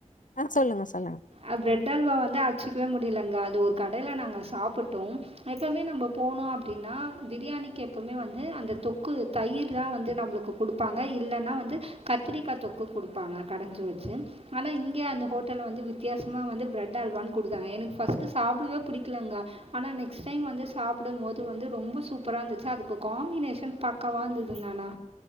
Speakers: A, on the left (about 85°); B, on the right (about 50°).
A: அ சொல்லுங்க சொல்லுங்க
B: அ பிரெட் அல்வா வந்து அச்சுக்கவே முடியலங்க அது ஒரு கடைல நாங்க சாப்புட்டோம் எப்பவ்மே நம்ம போனோ அப்டின்னா பிரியாணிக்கு எப்பவ்மே வந்து அந்த தொக்கு தயிர் தா வந்து நம்பளுக்கு குடுப்பாங்க இல்லன்னா வந்து கத்திரிக்கா தொக்கு குடுப்பாங்க கடஞ்சு வச்சு ஆனா இங்க அந்த ஹோட்டல்ல வந்து வி த்தியாசமா வந்து பிரெட் அல்வான் குடுத்தாங்க எனக்கு ஃபஸ்ட்டு சாப்டவே புடிக்லங்க ஆனா நெக்ஸ்ட் டைம் வந்து சாப்புடும் போது வந்து ரொம்ப சூப்பரா இந்துச்சு அதுக்கு காம்பினேஷன் பக்காவா இருந்துதுங்க ஆனா